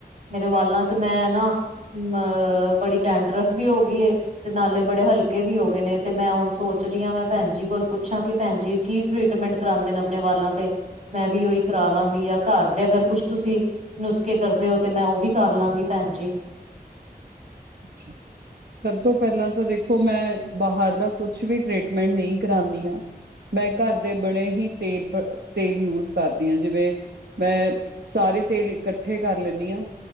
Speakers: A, on the right; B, on the right.
A: ਮੇਰੇ ਵਾਲਾਂ ਤੇ ਮੈਂ ਨਾ ਅ ਬੜੀ ਟੈਂਡਰਫ ਵੀ ਹੋ ਗਈ ਤੇ ਨਾਲੇ ਬੜੇ ਹਲਕੇ ਵੀ ਹੋ ਗਏ ਨੇ ਤੇ ਮੈਂ ਹੁਣ ਸੋਚ ਰਹੀ ਹਾਂ ਮੈਂ ਭੈਣ ਜੀ ਕੋਲ ਪੁੱਛਾਂ ਕੀ ਭੈਣ ਜੀ ਕੀ ਟ੍ਰੀਟਮੈਂਟ ਕਰਾਾਂਦੇ ਨੇ ਆਪਣੇ ਵਾਲਾਂ ਤੇ ਮੈਂ ਵੀ ਉਓਹੀ ਕਰਾ ਲਾਂਗੀ ਜਾਂ ਘਰ ਦੇ ਅਗਰ ਕੁਛ ਤੁਸੀਂ ਨੁਸਖੇ ਕਰਦੇ ਹੋ ਤੇ ਮੈਂ ਉਹ ਵੀ ਕਰ ਲਾਂਗੀ ਭੈਣ ਜੀ
B: ਅੱਛਾ ਸਭ ਤੋਂ ਪਹਿਲਾਂ ਤਾਂ ਦੇਖੋ ਮੈਂ ਬਾਹਰ ਦਾ ਕੁਛ ਵੀ ਟ੍ਰੀਟਮੈਂਟ ਨਹੀਂ ਕਰਾਉਂਦੀ ਹਾਂ ਮੈਂ ਘਰ ਦੇ ਬਣੇੇ ਹੀ ਤੇਲ ਤੇਲ ਯੂਜ ਕਰਦੀ ਹਾਂ ਜਿਵੇਂ ਮੈਂ ਸਾਰੇ ਤੇਲ ਇਕੱਠੇ ਕਰ ਲੈਂਦੀ ਹਾਂ